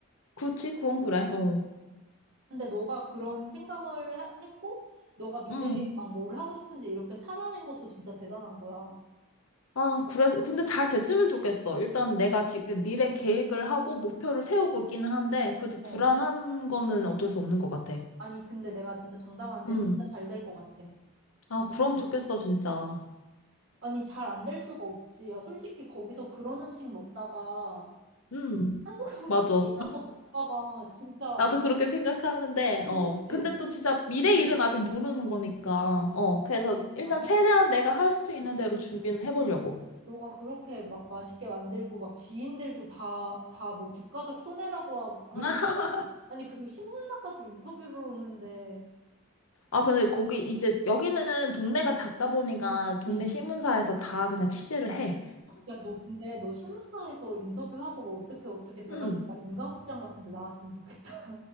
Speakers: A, on the left; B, on the right.
A: 그치, 그건 그래. 어.
B: 근데 너가 그런 생각을 하- 했고, 너가 미래에
A: 응.
B: 막 뭘 하고 싶은지 이렇게 찾아낸 것도 진짜 대단한 거야.
A: 아, 그래서, 근데 잘 됐으면 좋겠어. 일단 내가 지금 미래 계획을 하고 목표를 세우고 있기는 한데, 그래도
B: 어.
A: 불안한 거는 어쩔 수 없는 것 같아.
B: 아니, 근데 내가 진짜 장담하는데
A: 음.
B: 진짜 잘 될 것 같아.
A: 아, 그럼 좋겠어, 진짜.
B: 아니, 잘 안 될 수가 없지. 야, 솔직히 거기서 그런 음식 먹다가
A: 음,
B: 한국 <laughs>
A: 맞아.
B: 치킨 한번 먹어봐. 진짜,
A: 나도 그렇게 생각하는데,
B: 어,
A: 어.
B: 그치?
A: 근데 또 진짜 미래 일은
B: 응,
A: 아직 모르는 거니까, 어. 그래서 일단
B: 아니야.
A: 최대한 내가 할 수
B: 어,
A: 있는 대로 준비는 해보려고.
B: 너가 그렇게 막 맛있게 만들고 막 지인들도 다, 다 뭐 국가적 손해라고 하고 하는데.
A: <laughs>
B: 아니, 그리고 신문사까지 인터뷰를 오는데.
A: 아, 근데 거기 이제 여기는 동네가 작다 보니까 동네
B: 응.
A: 신문사에서 다 그냥 취재를 해.
B: 야, 너 근데 너 신문사에서 인터뷰하고 뭐 어떻게 어떻게 돼가지고
A: 음.
B: 막 인간극장 같은 데 나왔으면 좋겠다.